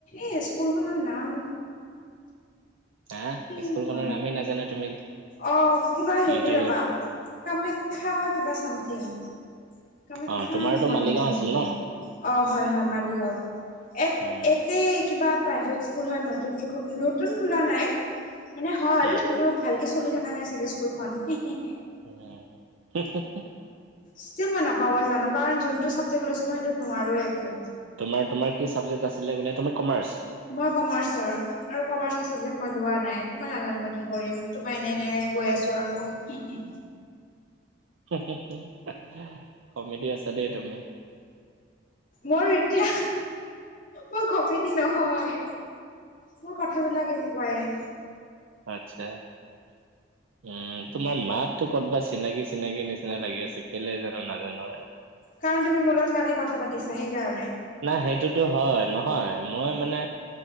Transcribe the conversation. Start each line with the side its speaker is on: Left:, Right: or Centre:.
Left: এই স্কুলখনৰ নাম।
Right: হা
Left: কি এইখন
Right: স্কুলখনৰ নামেই নাজানা তুমি
Left: অ কিবা হেৰী
Right: ইণ্টাৰভিউ
Left: ৰবা। কামাখ্যা কিবা চামথিং কামাখ্যা
Right: অ তোমাৰতো
Left: নহয়
Right: মালিগাঁও
Left: নহয় নহয়।
Right: আছিল ন
Left: অঁ হয় হয় মালি গাঁৱত। এত
Right: উম,
Left: এতেই কিবা প্ৰাইভেট স্কুল হয় নতুনকে খো নতুন খোলা নাই। মানে হ'ল
Right: উম,
Left: কিন্তু ভালকে চলি থকা নাই চাগে স্কুলখন। হে হে।
Right: উম। হোমহ হোমহ হোমহ।
Left: ষ্টিল মই নাপাওঁ মই জানো কাৰণ যোনটো ছাবজেক্ট লৈছোঁ মই সেইটো নোৱাৰোঁৱেই একো।
Right: তোমাৰ তোমাৰ কি ছাবজেক্ট আছিলে বোলে? তুমি কমাৰ্চ?
Left: মই কমাৰ্চৰ। আৰু কমাৰ্চৰ ছাবজেক্ট মই লোৱা নাই। ত' মই নাজানো মই কি কৰিম ত' মই এনে এনেই গৈ আছোঁ আৰু, হে হে।
Right: হোমহ হোমহ হো, কমেডি আছা দেই তুমি।
Left: মোৰ এতিয়া মই কমেডি নহয়। মোৰ কথাবিলাক এনেকুৱায়ে।
Right: আতচ্ছা। উম, তোমাৰ মাতটো ক'তবা চিনাকি চিনাকি নিচিনা লাগি আছে কেলে জানো নাজানো আৰু।
Left: কাৰণ তুমি মোৰ লগত কালি কথা পাতিছা সেইকাৰণে।
Right: নাই সেইটোতো হয় নহয় মই মানে